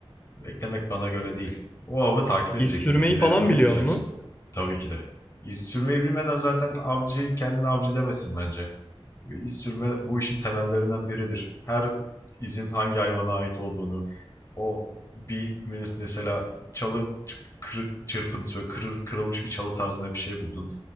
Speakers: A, on the left; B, on the left.
A: Beklemek bana göre değil. O avı takip edeceksin.
B: İz sürmeyi
A: izlerinden
B: falan biliyor
A: bulacaksın.
B: mu?
A: Tabii ki de. İz sürmeyi bilmeden zaten avcı kendini avcı demesin bence. Ve iz sürme bu işin temellerinden biridir. Her izin hangi hayvana ait olduğunu, o bir mesela çalı çırp- çırpıntısı ve kırır, kırılmış bir çalı tarzında bir şey buldun.